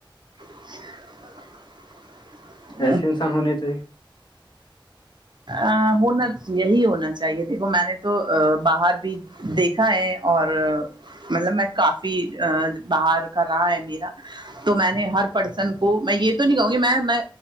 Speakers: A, on the right; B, on the left.
A: <unintelligible>
B: ایسے انسان ہونے چاہیے
A: ا ہونا یہی ہونا چاہیے دیکھو میں نے تو باہر بھی دیکھا ہے اور مطلب میں کافی باہر کا رہا ہے میرا تو میں نے ہر پرسن کو میں یہ تو نہیں کہوں گی میں